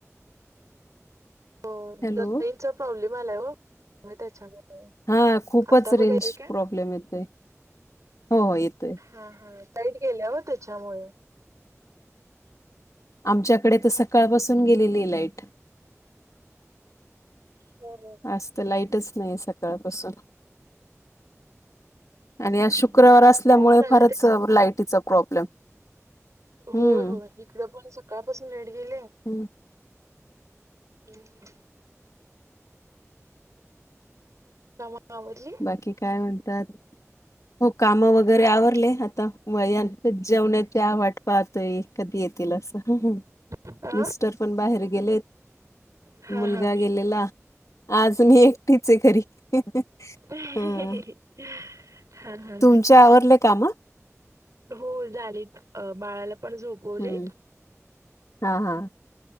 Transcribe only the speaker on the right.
हो
जेनचा प्रॉब्लेम आलाय हो त्याच्यामुळे
आता बघा
येतोय काय?
हा हा टाईट गेले त्याच्यामुळे
हो
पाऊस आलाय
त्याच्यामुळे.
होय होय इकडं पण सकाळपासून लेट गेले
हम् आवडली.
काय
अ
हा हा
हा
ही
ही हा हा.
हो झालेत, बाळाला पण झोपवले.